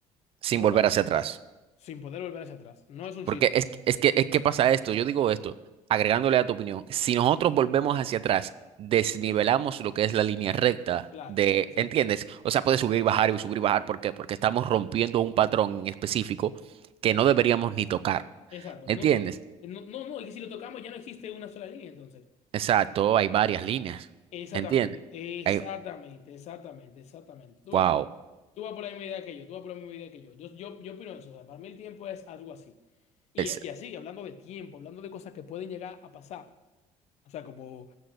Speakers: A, on the right (about 45°); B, on the left (about 60°).
A: sin
B: solo
A: volver
B: hacia
A: hacia
B: adelante,
A: atrás.
B: sin poder volver hacia atrás. No es un
A: Porque
B: círculo.
A: es, que- es que, es que pasa esto, yo digo esto, agregándole a tu opinión, si nosotros volvemos hacia atrás, desnivelamos lo que es la línea recta
B: Claro,
A: de,
B: exactamente.
A: ¿entiendes? O sea, puede subir y bajar y subir y bajar, ¿por qué? Porque estamos rompiendo un patrón en específico que no deberíamos ni tocar,
B: Exacto.
A: ¿entiendes?
B: No, no, no, no, no, y si lo tocamos ya no existe una sola línea, entonces.
A: Exacto, hay varias líneas,
B: Exactamente,
A: ¿entiendes?
B: exactamente,
A: Hay,
B: exactamente, exactamente. Tú
A: wow,
B: ves, tú vas por la misma idea que yo, tú vas por la misma idea que yo. Yo, yo, yo opino eso, o sea, para mí el tiempo es algo así. Y,
A: es,
B: y así, hablando de tiempo, hablando de cosas que pueden llegar a pasar, o sea, como,